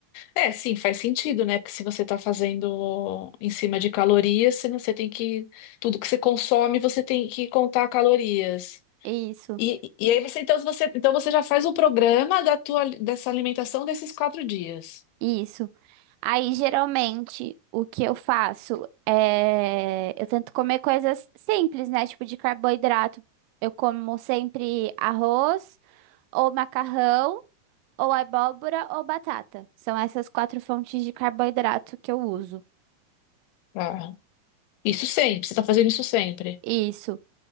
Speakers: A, on the left (about 85°); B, on the right (about 80°).
A: É, sim, faz sentido, né? Porque se você está fazendo em cima de calorias, você, você tem que. Tudo que você consome, você tem que contar calorias.
B: Isso,
A: E, e aí você então, você, então você já faz o programa da tua, dessa alimentação desses quatro dias.
B: isso. Aí geralmente o que eu faço é. Eu tento comer coisas simples, né? Tipo de carboidrato. Eu como sempre arroz, ou macarrão, ou abóbora, ou batata. São essas quatro fontes de carboidrato que eu uso.
A: Tá. Isso sempre, você está fazendo isso sempre.
B: Isso.